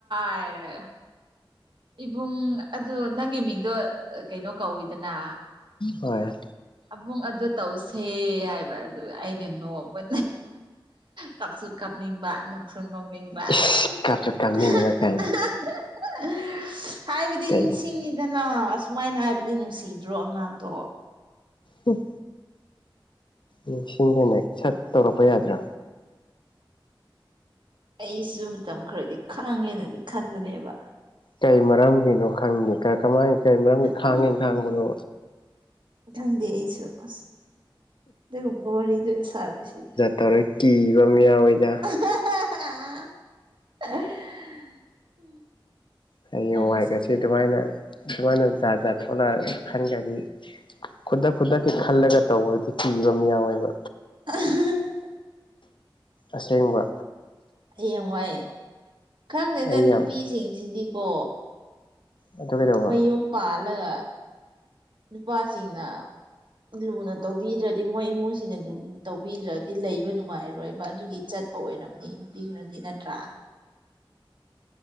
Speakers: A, on the right (about 60°); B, on the left (about 65°).
A: ꯍꯥꯏꯔꯦ ꯏꯕꯨꯡ ꯑꯗꯨ ꯅꯪꯒꯤ ꯃꯤꯡꯗꯣ ꯀꯩꯅꯣ ꯀꯧꯏꯗꯅ
B: ꯍꯣꯏ
A: ꯑꯕꯨꯡ ꯑꯗꯨ ꯇꯧꯁꯦ ꯍꯥꯏꯕ ꯑꯗꯨ ꯑꯩꯅ ꯅꯣꯛꯄ ꯀꯞꯁꯨꯨꯞ ꯀꯞꯅꯤꯡꯕ ꯅꯣꯛꯁꯨ ꯅꯣꯛꯅꯤꯡꯕ
B: ꯏꯁ
A: <unintelligible>
B: ꯀꯞꯁꯨ ꯀꯥꯞꯅꯤꯡꯕ ꯀꯥꯏꯅ
A: ꯍꯥꯏꯕꯗꯤ
B: ꯀꯩ
A: ꯅꯤꯡꯁꯤꯡꯉꯤꯗꯅ ꯁꯨꯃꯥꯏꯅ ꯍꯥꯏꯕꯗꯤ ꯅꯨꯡꯁꯤꯗ꯭ꯔꯣ ꯑꯉꯥꯡꯗꯣ
B: ꯎꯝ ꯎꯝ ꯁꯤꯡꯗꯅꯦ ꯁꯠ ꯇꯧꯔꯛꯄ ꯌꯥꯗ꯭ꯔꯣ
A: ꯑꯩꯁꯨ ꯃꯇꯝ ꯈꯔꯗꯤ ꯈꯥꯡꯉꯦꯅꯗꯤ ꯈꯟꯕꯅꯦꯕ
B: ꯀꯩ ꯃꯔꯝꯒꯤꯅꯣ ꯈꯪꯗꯦ ꯀꯃꯥꯏꯅ ꯀꯩ ꯃꯔꯝꯒꯤ ꯈꯥꯡꯉꯤ
A: ꯎꯝ ꯎꯝ
B: ꯈꯥꯡꯕꯅꯣ
A: ꯈꯪꯗꯦ ꯑꯩꯁꯨ ꯑꯁ ꯗꯨꯒꯨꯝꯕ ꯋꯥꯔꯤꯗꯤ ꯁꯥꯔꯣꯏꯁꯤꯗ
B: ꯇꯧꯔꯦ ꯀꯤꯕ ꯃꯤ ꯌꯥꯎꯋꯏꯗ
A: <unintelligible>
B: ꯍꯌꯦꯡ
A: ꯅꯪꯁꯨ
B: ꯋꯥꯏꯒꯁꯤ
A: ꯀꯔꯤꯅꯣ
B: ꯑꯗꯨꯃꯥꯏꯅ ꯑꯗꯨꯃꯥꯏꯅ ꯖꯥꯠ ꯖꯥꯠ ꯊꯣꯛꯂꯛ ꯈꯟꯒꯗꯤ ꯈꯨꯗꯛ ꯈꯨꯗꯛꯀꯤ ꯈꯜꯂꯒ ꯇꯧꯕꯗꯨꯗꯤ ꯀꯤꯕ ꯃꯤ ꯌꯥꯎꯋꯦꯕ
A: <unintelligible>
B: ꯑꯁꯦꯡꯕ
A: ꯍꯌꯦꯡꯋꯥꯏ ꯈꯪꯗꯦꯗ
B: ꯑꯩ
A: ꯅꯨꯄꯤꯁꯤꯡꯁꯤꯗꯤꯀꯣ
B: ꯌꯥꯝ ꯑꯗꯨ ꯀꯩꯗꯧꯕ
A: ꯃꯌꯨꯝ ꯄꯥꯜꯂꯒ ꯅꯨꯄꯥꯁꯤꯡꯅ ꯂꯨꯅ ꯇꯧꯕꯤꯗ꯭ꯔꯗꯤ ꯃꯣꯏ ꯏꯃꯨꯡꯁꯤꯅ ꯂꯨꯅ ꯇꯧꯕꯤꯗ꯭ꯔꯗꯤ ꯂꯩꯕ ꯅꯨꯡꯉꯥꯏꯔꯣꯏꯕ ꯑꯗꯨꯒꯤ ꯆꯠ ꯄ ꯑꯣꯏꯔꯝꯅꯤ ꯅꯨꯄꯤ ꯈꯔꯗꯤ ꯅꯠꯇ꯭ꯔꯥ